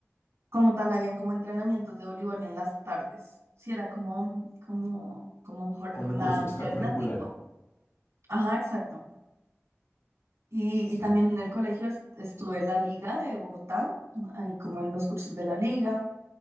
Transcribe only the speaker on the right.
como tal, habían como entrenamientos de voleibol en las tardes. Sí, era como, como, como un jor-
jornada
alterna
tipo. Ajá, exacto. Y,
y también en el colegio est- estuve en la liga de Bogotá, ahí como en los cursos de la liga.